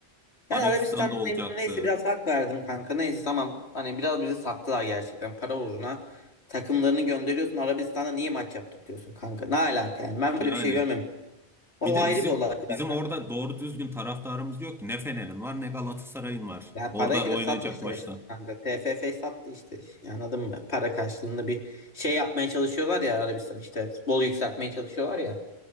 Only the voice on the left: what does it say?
Yani
Arabistan olayına
neyse biraz hak verdim kanka. Neyse tamam. Hani biraz bizi sattılar gerçekten. Para uğruna takımlarını gönderiyorsun. Arabistan'da niye maç yaptırtıyorsun kanka? Ne alaka yani? Ben
böyle bir şey görmemiştim. O
ayrı
bir olay zaten.
Yani
parayla
satmışlar
işte kanka. TFF sattı işte. Yani anladın mı? Para karşılığında bir şey yapmaya çalışıyorlar ya Arabistan işte. Futbol yükseltmeye çalışıyorlar ya.